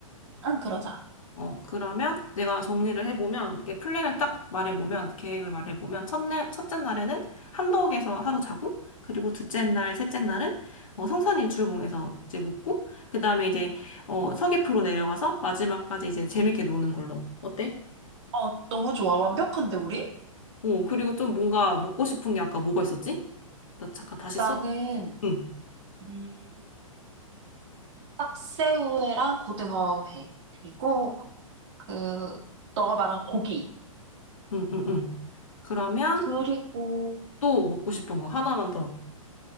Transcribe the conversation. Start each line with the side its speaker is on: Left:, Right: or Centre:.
Right: 응, 그러자.
Left: 어, 그러면 내가 정리를 해보면, 이렇게 플랜을 딱 말해보면, 계획을 말해보면, 첫날, 첫째 날에는 함덕에서 하루 자고, 그리고 둘째 날, 셋째 날은, 어, 성산일출봉에서 이제 묵고, 그 다음에 이제, 어, 서귀포로 내려가서 마지막까지 이제 재밌게 노는 걸로. 어때?
Right: 어, 너무 좋아. 완벽한데, 우리?
Left: 어, 그리고 좀 뭔가 먹고 싶은 게 아까 뭐가 있었지? 나 잠깐 다시
Right: 나는,
Left: 써. 응.
Right: 음, 딱새우회랑 고등어회, 그리고, 그, 너가 말한 고기,
Left: 응, 응, 응. 그러면
Right: 그리고,
Left: 또 먹고 싶은 거 하나만 더.